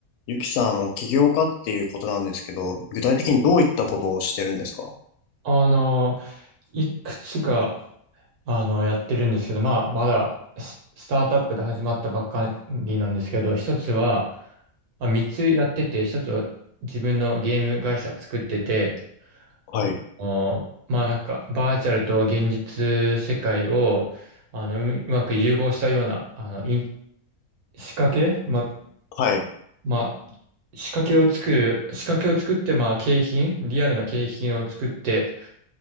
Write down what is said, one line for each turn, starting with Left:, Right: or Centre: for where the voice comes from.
Left: ゆきさん、あの、起業家っていうことなんですけど、具体的にどういったことをしてるんですか
Right: あの、いくつか、あの、やってるんですけど、まあ、まだス、スタートアップで始まったばっかりなんですけど、一つは、まあ、三つやってて、一つは自分のゲーム会社作ってて、
Left: はい、
Right: あの、まあなんか、バーチャルと現実世界を、あの、うみうまく融合したような、あの、イン仕掛けま、
Left: はい、
Right: まあ、仕掛けを作る、仕掛けを作って、まあ、景品、リアルな景品を作って、